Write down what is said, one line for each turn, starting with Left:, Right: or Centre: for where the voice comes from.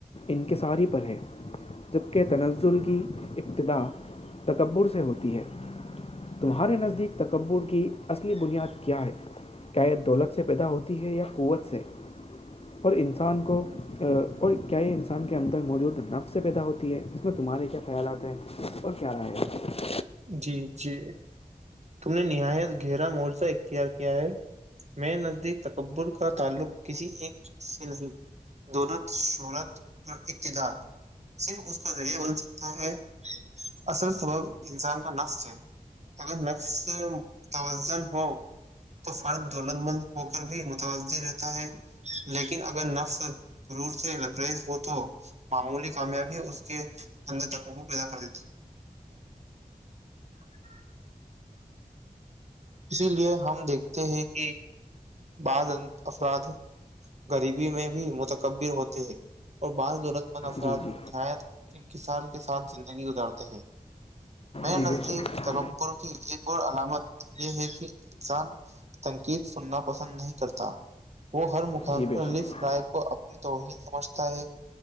Left: انکصاری پر ہے جبکہ تنزل کی ابتدا تکبر سے ہوتی ہے تمہارے نزدیک تکبر کی اصلی بنیاد کیا ہے کیا یہ دولت سے پیدا ہوتی ہے یا قوت سے اور انسان کو اور کیا یہ انسان کے اندر موجود نفس سے پیدا ہوتی ہے اس میں تمہارے کیا خیالات ہیں اور کیا رائی ہے
Right: جی جی تم نے نہایت گہرا معجزہ اختیار کیا ہے میرے نزدیک تکبر کا تعلق کسی ایک چیز سے نہیں دولت شہرت اور ابتدار صرف اس کا ذریعہ بن سکتا ہے اصل سبب انسان کا نفس ہے اگر نفس متوظن ہو تو فرد دولت مند ہو کر بھی متوازہ رہتا ہے لیکن اگر نفس گرور سے لبریز ہو تو معمولی کامیابی اس کے اندر تکبر پیدا کر دیتی ہے <inaudible> اسی لیے ہم دیکھتے ہیں کہ بعض افراد غریبی میں بھی متقبر ہوتے ہیں اور بعض دولت مند افراد
Left: جی جی
Right: نہایت انکسار کے ساتھ زندگی گزارتے ہیں میرے
Left: جی
Right: نزدیک
Left: بے شک
Right: تکبر کی ایک اور علامت یہ ہے کہ انسان تنقیت سننا پسند نہیں کرتا وہ ہر مخلف
Left: جی بے شک
Right: رائے کو اپنی توہین سمجھتا ہے